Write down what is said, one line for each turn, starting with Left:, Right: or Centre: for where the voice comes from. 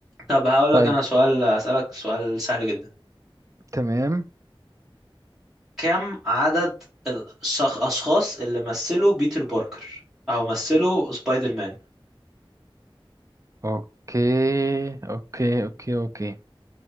Centre: طب هقول
Right: طيب
Centre: لك أنا سؤال أسألك سؤال سهل جدا
Right: تمام
Centre: كم عدد الأشخاص اللي مثلوا بيتر باركر أو مثلوا سبايدر مان
Right: اوكي اوكي اوكي اوكي